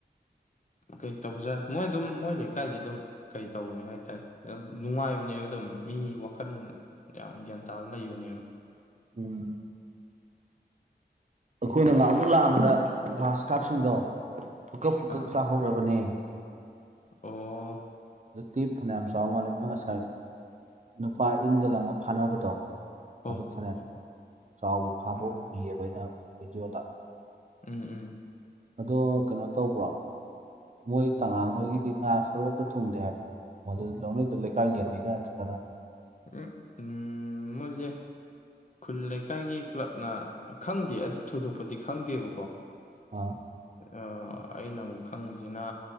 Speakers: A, on the left; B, on the right.
A: ꯀꯩ ꯇꯧꯖꯠ ꯃꯣꯏ ꯑꯗꯨꯝ ꯃꯣꯏ ꯂꯩꯀꯥꯏꯁꯦ ꯑꯗꯨꯝ ꯀꯩ ꯇꯧꯕꯅꯦ ꯍꯥꯏꯇꯥꯔꯦ ꯑꯗꯨꯝ ꯅꯨꯡꯉꯥꯏꯕꯅꯦꯕ ꯑꯗꯨꯝ ꯃꯤ ꯋꯥꯈꯜ ꯌꯥꯝ ꯒ꯭ꯌꯥꯟ ꯇꯥꯕ ꯂꯩꯕꯅꯦꯕ꯫
B: ꯎꯝ꯫ ꯑꯩꯈꯣꯏꯅ ꯉꯍꯥꯛꯃꯨꯛ ꯂꯥꯛꯑꯝꯕꯗ ꯒ꯭ꯂꯥꯁ ꯀꯥꯞꯁꯤꯡꯗꯣ ꯐꯨꯡꯀꯛ ꯐꯨꯡꯀꯛ
A: ꯑꯥ
B: ꯆꯥꯍꯧꯔꯕꯅꯦ꯫
A: ꯑꯣ꯫
B: ꯍꯧꯖꯤꯛꯇꯤ ꯐꯅꯌꯥꯝ ꯆꯥꯎ ꯃꯥꯜꯂꯦ ꯃꯣꯏ ꯉꯁꯥꯏ ꯅꯨꯄꯥ ꯏꯟꯒ ꯂꯪꯉꯒ ꯐꯥꯅꯕꯗꯣ
A: ꯍꯣ
B: ꯑꯗꯨ
A: ꯍꯣ
B: ꯐꯅꯌꯥꯝ
A: ꯍꯣ ꯍꯣ
B: ꯆꯥꯎꯕ ꯐꯥꯕ
A: ꯎꯝ
B: ꯎꯒꯤꯌꯦꯕ ꯑꯩꯅ ꯚꯤꯗꯤꯑꯣꯗ꯫
A: ꯎꯝ ꯎꯝ꯫
B: ꯑꯗꯣ ꯀꯩꯅꯣ ꯇꯧꯕ꯭ꯔꯣ꯫ ꯃꯣꯏ ꯇꯉꯥꯡꯈꯣꯏꯒꯤꯗꯤ ꯉꯥ ꯁꯔꯨꯛ ꯑꯃꯇ ꯊꯨꯡꯗꯦ ꯍꯥꯏꯕ ꯕꯔꯣ ꯃꯣꯏꯑꯗꯨ ꯂꯧꯅꯩꯗꯨ ꯂꯩꯀꯥꯏ ꯌꯦꯅꯩꯔ ꯅꯠꯇ꯭ꯔꯒ
A: ꯎꯝ ꯎꯝ ꯃꯣꯏꯁꯦ ꯈꯨꯜ ꯂꯩ ꯂꯩꯀꯥꯏꯒꯤ ꯀ꯭ꯂꯕꯅ ꯈꯪꯗꯦ ꯑꯗꯨ ꯊꯣꯏꯗꯣꯛꯄꯗꯤ ꯈꯪꯗꯦꯕꯀꯣ꯫
B: ꯑꯣ꯫
A: ꯑꯥ ꯑꯩꯅ ꯑꯃꯨꯛ ꯈꯪꯉꯤꯁꯤꯅ